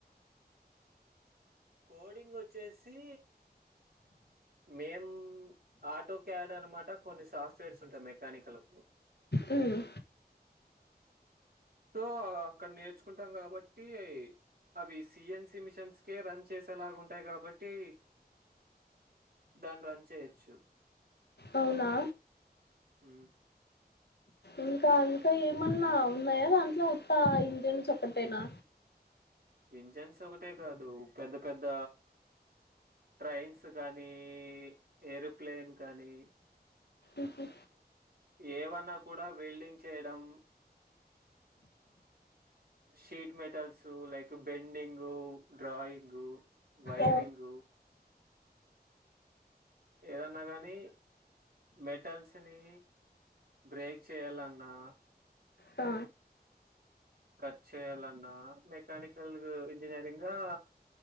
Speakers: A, on the right; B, on the left.
A: కోడింగ్ వొచ్చేసి మేం ఆటో క్యాడ్ అనమాట కొన్ని సాఫ్ట్వేర్స్ ఉంటాయి మెకానికల్ కు
B: ఉమ్
A: తో అక్కడ నేర్చుకుంటాం కాబట్టి అవి సి ఎన్ సి మిషన్స్ కే రన్ చేసేలాగా ఉంటాయి కాబట్టి దాన్ని రన్ చేయొచ్చు
B: అవునా
A: ఊ
B: ఇంకా ఇంకా ఏమన్నా ఉన్నాయా దాంట్లో ఉత్త ఇంజన్స్ ఒకటేనా
A: ఇంజన్స్ ఒకటే కాదు పెద్ద పెద్ద ట్రైన్స్ కానీ ఏరోప్లేన్ కానీ
B: ఉహూ
A: ఏవన్నా కూడా వెల్డింగ్ చేయడం sheet metals like bending drawing వైరింగు
B: ఆ
A: ఏదన్నా గానీ మెటల్స్ ని బ్రేక్ చేయాలన్నా
B: ఆ
A: కట్ చేయాలన్నా మెకానికల్ గా ఇంజనీరింగ్ గా